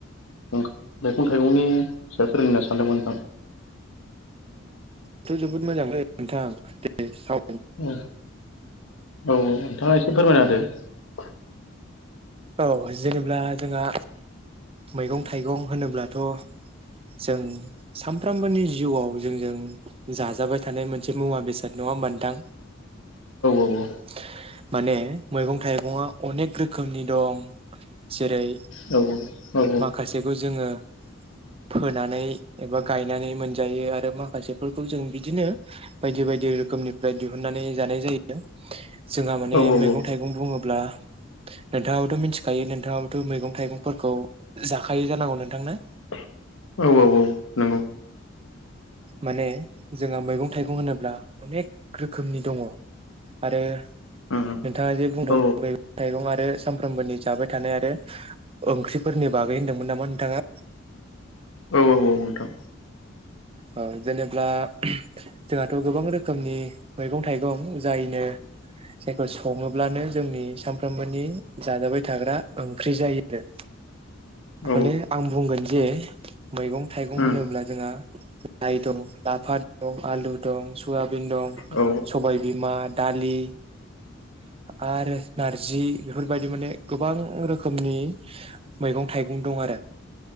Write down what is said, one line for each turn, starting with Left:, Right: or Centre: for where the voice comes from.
Left: ओ मैगं थाइगंनि फि फोरोंना सानदोंमोन नोंथां
Right: अथ' जोबोद मोजां नोंथां दे साव
Left: औ औ औ नोंथाङा एसे फोरमायना होदो
Right: औ जेनेबा जोंहा मैगं थाइगं होनोब्लाथ' जों सानफ्रामबोनि जिउआव जोंजों जाजाबाय थानाय मोनसे मुवा बेसाद नङा होमबा नोंथां <inaudible>
Left: औ औ
Right: माने मैगं थाइगङा अनेक रोखोमनि दं जेरै
Left: <inaudible> औ औ औ
Right: माखासेखौ जोङो फोनानै एबा गायनानै मोनजायो आरो माखासेफोरखौ जों बिदिनो बायदि बायदि दि रोखोमनिफ्राय दिहुननानै जानाय जायो जोंहा माने
Left: औ
Right: मैगं
Left: औ
Right: थाइगं बुङोब्ला नोंथाङाबोथ' मिथिखायो नोंथाङाबोथ' मैगं थाइगंफोरखौ जाखायो जानांगौ नोंथांनो
Left: <inaudible> औ औ औ नंगौ
Right: माने जोंहा मैगं थाइगं होनोब्ला अनेक रोखोमनि दङ आरो
Left: उम
Right: नोंथाङा जे बुंदों
Left: औ
Right: मैगं थाइगं आरो सानफ्रामबोनि जाबाय थानाय आरो ओंख्रिफोरनि बागै होनदोंमोन नामा नोंथाङा?
Left: औ औ औ नोंथां
Right: ओ जेनेब्ला जोंहाथ' गोबां रोखोमनि मैगं थाइगं जायनो जायखौ सङोब्लानो जोंनि सानफ्रोमबोनि जाजाबाय थाग्रा ओंख्रि जायो आरो
Left: औ
Right: माने आं बुंगोन जे मैगं थाइगं
Left: उम
Right: होनोब्ला जोंहा लाइ दं लाफा दं आलु दं सयाबिन दं
Left: औ
Right: सबायबिमा दालि आरो नारजि बेफोरबायदि माने गोबां रोखोमनि मैगं मैगं थाइगं दं आरो